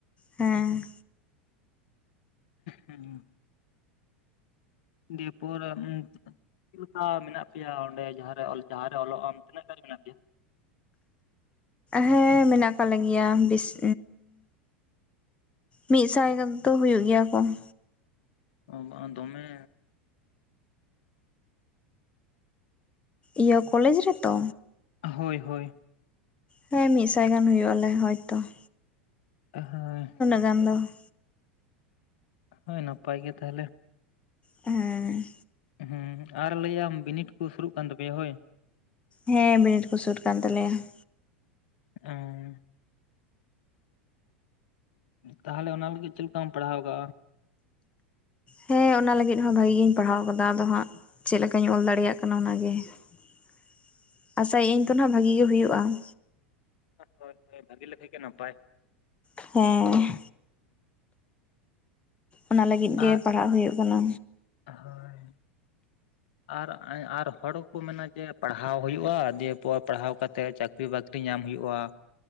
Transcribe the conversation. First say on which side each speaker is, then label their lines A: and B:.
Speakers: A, on the left; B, on the left.
A: ᱦᱮᱸ
B: ᱦᱮᱸᱻ ᱫᱤᱭᱮ ᱯᱚᱨ <unintelligible> ᱪᱮᱫ ᱞᱮᱠᱟ ᱢᱮᱱᱟᱜ ᱯᱮᱭᱟ ᱚᱸᱰᱮ ᱡᱟᱦᱟᱸ ᱨᱮ ᱡᱟᱦᱟᱸ ᱨᱮ ᱚᱞᱚᱜ ᱟᱢ ᱛᱤᱱᱟᱹᱜ ᱜᱟᱱ ᱢᱮᱱᱟᱜ ᱯᱮᱭᱟ?
A: ᱦᱮᱸ ᱢᱮᱱᱟᱜ ᱟᱠᱟᱫ ᱞᱮ ᱜᱮᱮᱭᱟ ᱵᱮᱥᱤ ᱢᱤᱫ ᱥᱟᱭ ᱫᱚ ᱦᱳᱭᱳᱜ ᱜᱮᱭᱟ ᱠᱚ ᱾
B: ᱚ <unintelligible> ᱫᱚᱢᱮ
A: ᱤᱭᱟᱹ ᱠᱚᱞᱮᱡᱽ ᱨᱮᱛᱚ?
B: ᱦᱚᱭ ᱦᱚᱭ
A: ᱦᱮᱸ ᱢᱤᱫ ᱥᱟᱭ ᱜᱟᱱ ᱦᱩᱭᱩᱜ ᱟᱞᱮ ᱦᱚᱭ ᱛᱚ ᱾
B: ᱦᱟᱸᱻ <unintelligible>
A: ᱜᱟᱱ ᱫᱚ ᱾
B: ᱦᱚᱭ ᱱᱟᱯᱟᱭ ᱜᱮ ᱛᱟᱦᱚᱞᱮ ᱾
A: ᱦᱮᱸ
B: ᱦᱮᱸ ᱟᱨ ᱞᱟᱹᱭᱟᱢ ᱵᱤᱱᱤᱰ ᱠᱚ ᱥᱩᱨᱩᱜ ᱠᱟᱱ ᱛᱟᱯᱮᱭᱟ ᱦᱚᱭ?
A: ᱦᱮᱸ ᱵᱤᱱᱤᱰ ᱠᱚ ᱥᱩᱨ ᱠᱟᱱ ᱛᱟᱞᱮᱭᱟ ᱾
B: ᱚᱸᱻ ᱛᱟᱦᱚᱞᱮ ᱚᱱᱟ ᱞᱟᱹᱜᱤᱫ ᱪᱮᱫ ᱞᱮᱠᱟᱢ ᱯᱟᱲᱦᱟᱣ ᱠᱟᱜᱼᱟ?
A: ᱦᱮᱸ ᱚᱱᱟ ᱞᱟᱹᱜᱤᱫ ᱦᱚᱸ ᱵᱷᱟᱜᱤ ᱜᱮᱧ ᱯᱟᱲᱦᱟᱣ ᱟᱠᱟᱫᱟ ᱟᱫᱚ ᱦᱟᱸᱜ ᱪᱮᱫ ᱞᱮᱠᱟᱧ ᱚᱞ ᱫᱟᱲᱮᱭᱟᱜ ᱠᱟᱱᱟ ᱚᱱᱟᱜᱮ ᱾ <unintelligible> ᱟᱥᱟᱭᱟᱹᱧ ᱛᱚ ᱟᱸᱜ ᱵᱷᱟᱜᱤ ᱜᱮ ᱦᱩᱭᱩᱜᱼᱟ ᱾
B: <unintelligible> ᱵᱷᱟᱜᱤ ᱞᱮᱠᱷᱟ ᱜᱮ ᱱᱟᱯᱟᱭ ᱾
A: ᱦᱮᱸ ᱾ ᱚᱱᱟ ᱞᱟᱹᱜᱤᱫ ᱜᱮ
B: ᱟᱨ
A: ᱯᱟᱲᱦᱟᱜ ᱦᱩᱭᱩᱜ ᱠᱟᱱᱟ᱾
B: ᱦᱳᱭ ᱟᱨ ᱟᱨ ᱦᱚᱲᱠᱚ ᱢᱮᱱᱟ ᱡᱮ ᱯᱟᱲᱦᱟᱣ ᱦᱩᱭᱩᱜᱼᱟ ᱫᱮ ᱯᱟᱲᱦᱟᱣ ᱠᱟᱛᱮᱫ ᱪᱟᱠ ᱪᱟᱹᱠᱨᱤ ᱵᱟᱹᱠᱨᱤ ᱧᱟᱢ ᱦᱩᱭᱩᱜᱼᱟ᱾